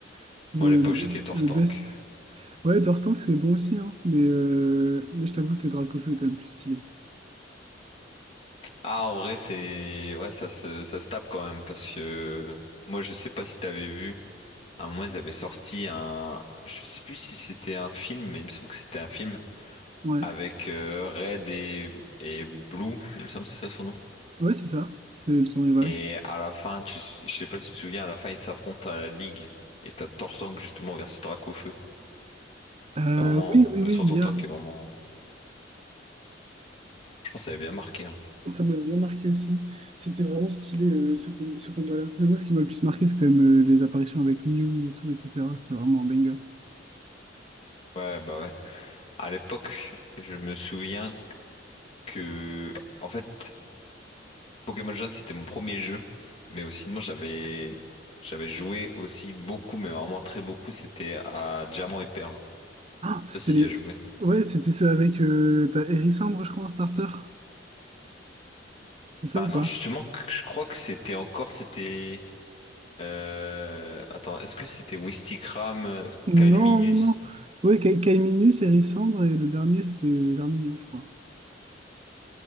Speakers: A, on the right; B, on the left.
A: <laughs> le,
B: moi, à l'époque,
A: le
B: j'étais Tortank.
A: le best. Ouais, Dortank, c'est bon aussi, hein. Mais, euh, mais je t'avoue que Dracofeu est quand même plus stylé.
B: Ah, en vrai, c'est. Ouais, ça se... ça se tape quand même parce que moi, je sais pas si t'avais vu. À un moment, ils avaient sorti un. Je sais plus si c'était un film, mais il me semble que c'était un film
A: Ouais,
B: avec euh, Red et... et Blue. Il me semble que c'est ça son nom.
A: ouais, c'est ça. C'est son rival.
B: Et à la fin, tu... je sais pas si tu te souviens, à la fin, ils s'affrontent à la Ligue. Et t'as Tortank justement versus Dracaufeu.
A: Euh,
B: C'est vraiment.
A: oui, oui,
B: Le
A: oui,
B: son
A: il
B: Tortank
A: y a.
B: est vraiment. Je pense que ça avait bien marqué. hein.
A: Ça m'a bien marqué aussi. C'était vraiment stylé euh, ce, com- ce combat-là. Mais moi, ce qui m'a le plus marqué, c'est quand même euh, les apparitions avec Mew, Mewtwo, etc. C'était vraiment un banger.
B: Ouais, bah ouais. À l'époque, je me souviens que. En fait. Pokémon Jaune, c'était mon premier jeu, mais aussi, sinon, j'avais j'avais joué aussi beaucoup, mais vraiment très beaucoup, c'était à Diamant et Perle. Je sais
A: Ah, c'était
B: pas s'il
A: les.
B: y a joué.
A: Ouais, c'était ceux avec. euh, t'as Hérissandre, je crois, en starter. C'est ça
B: Bah
A: ou
B: non,
A: pas?
B: justement, que- je crois que c'était encore, c'était... euh, Attends, est-ce que
A: C'est-
B: c'était Wistikram, euh,
A: Non,
B: Calminus?
A: non, non. Ouais, Ka- Kaiminus, Hérissandre, et le dernier, c'est euh, Germignon, je crois.